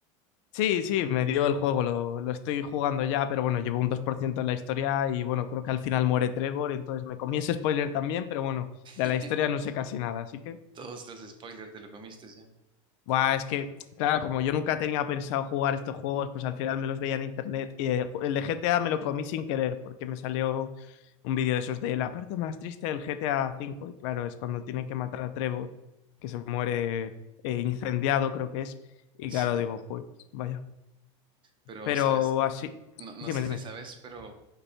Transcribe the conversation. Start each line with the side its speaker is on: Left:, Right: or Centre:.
Left: Sí, sí, me dio el juego, lo, lo estoy jugando ya, pero bueno, llevo un 2% en la historia y bueno, creo que al final muere Trevor, entonces me comí ese spoiler también, pero bueno,
Right: <laughs>
Left: de la historia no sé casi nada, así que...
Right: Todos los spoilers te lo comiste ya.
Left: Buah, es que, claro, como yo nunca tenía pensado jugar estos juegos, pues al final me los veía en internet. Y eh, el de GTA me lo comí sin querer, porque me salió un vídeo de esos de la parte más triste del GTA V. Y claro, es cuando tienen que matar a Trevor, que se muere eh, incendiado, creo que es. Y
Right: Sí,
Left: claro, digo, "Joder, vaya.
Right: pero
Left: Pero
Right: sabes,
Left: así,
Right: no, no
Left: dime,
Right: sé
Left: dime.
Right: si sabes, pero